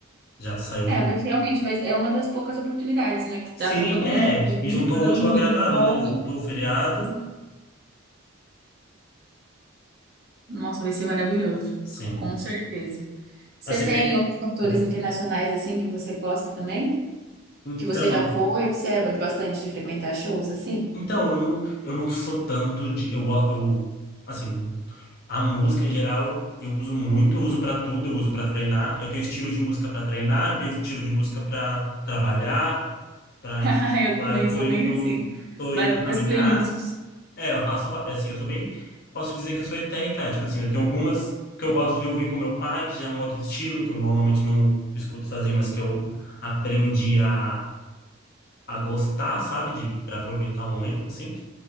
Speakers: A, on the left; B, on the right.
A: já saiu
B: É,
A: um.
B: vai ser- realmente vai, é uma das poucas oportunidades, né? Que
A: Sim,
B: dá pra todo
A: é.
B: mundo se
A: E
B: reunir,
A: juntou
B: tá todo
A: o útil
B: mundo
A: ao agradável,
B: de folga.
A: né? Juntou o feriado.
B: Nossa, vai ser maravilhoso.
A: Sim.
B: Com certeza. Você
A: Mas se
B: tem
A: bem.
B: outros cantores
A: Opa.
B: internacionais, assim, que você gosta também?
A: Então.
B: Que você já foi, você é bastante de frequentar shows assim?
A: Então, eu não, eu não sou tanto de. Eu, go- eu, assim, a música em geral eu uso muito, eu uso pra tudo, eu uso pra treinar. Eu tenho estilo de música pra treinar, eu tenho estilo de música pra trabalhar, para
B: <laughs> Eu
A: lá
B: também
A: eu tô
B: sou
A: indo,
B: bem assim.
A: tô
B: Várias
A: indo caminhar.
B: playlists.
A: É, eu faço, va- assim, eu sou bem, posso dizer que eu sou até eclético, assim, eu tenho algumas que eu gosto de ouvir com meu pai, que já é um outro estilo que eu normalmente não escuto sozinho, mas que eu aprendi a, a gostar, sabe, de para aproveitar o momento, assim.